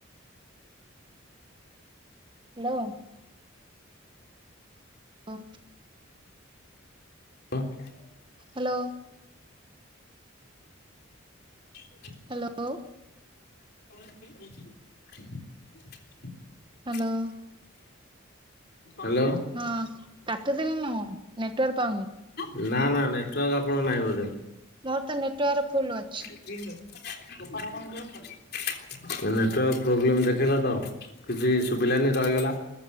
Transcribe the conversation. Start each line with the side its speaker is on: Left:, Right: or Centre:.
Right: ହାଲୋ। <unintelligible>
Left: <unintelligible>
Right: ହାଲୋ।
Left: ହ
Right: ହାଲୋ।
Left: <unintelligible>
Right: ହାଲୋ।
Left: ହାଲୋ।
Right: ହଁ। କାଟି ଦେଲେ ନା କଣ ନେଟୱାର୍କ ପାଉନି।
Left: ନା ନା ନେଟୱାର୍କ ଆପଣଙ୍କ ନାହିଁ ବୋଧେ।
Right: ମୋର ତ ନେଟୱର୍କ ଫୁଲ୍ ଅଛି।
Left: <unintelligible> ନେଟୱାର୍କ ପ୍ରୋବ୍ଲେମ ଦେଖେଇଲା ତ କିଛି ସୁବିଲାନି ରହିଗଲା।